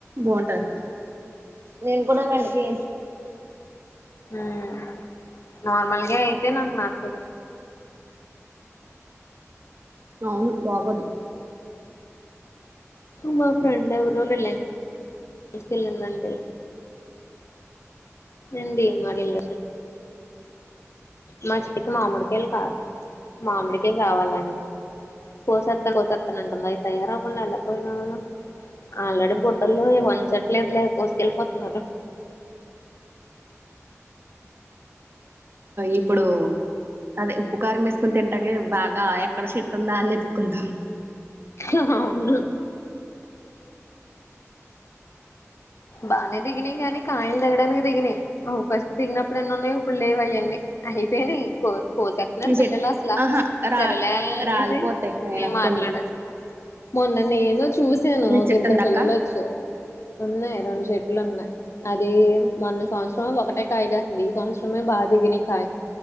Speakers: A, on the right; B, on the left.
A: బాగుంటాయి నేను కూడా వెంటకి
B: ఉమ్ నార్మల్గా అయితే నాకు నచల్
A: అవును బాగోధు
B: మా ఫ్రెండ్ ఎవరు రిలయన్స్సుకెళ్ళిందంటే అండి మాెళ మా చిట్టుకి మామిడికాయలు కాదు మామిడికాయ కావాలంట కోసత్త కోసత్తానంటంది అవి తయార అవకుండా వెళ్ళకపోయినాను ఆల్రెడీ బొడ్డల్లో వంచట్లేదు లే కోసుకెళ్ళిపోతున్నారు
A: ఇప్పుడు అదే ఉప్పు కారం వేసుకుని తింటాక బాగా ఎక్కడ చెట్టు ఉందా అని వెతుకుంటాను
B: అ అవును బానే దిగినాయి కాగానీ కాయలు దిగడానికి దిగినాయి ఫస్ట్ దిగినప్పుడు ఎన్నన్నాయి ఇప్పుడు లేవ అయ్యండి అయిపోయినాయి కో కోసతున్నారు
A: మీ చెట్
B: పిల్లలు అసలా
A: ఆహా రా
B: సరేలే అనేసి
A: రాలిపోతాయి అయినా
B: నేను మాట్లాడచ్చు
A: కొన్ని
B: మొన్న న ఏను చూసాను
A: మీ
B: ఒక
A: చెట్టు
B: ఇద్దరు
A: ఉందా
B: పిల్లలు
A: అక్క
B: వచ్చారు ఉన్నాయ అను షర్ట్లు ఉన్నాయి అదే మన సంవత్సరం ఒకటే కాయగాస్తుంది ఈ సంవత్సరం మ బాధిగని కా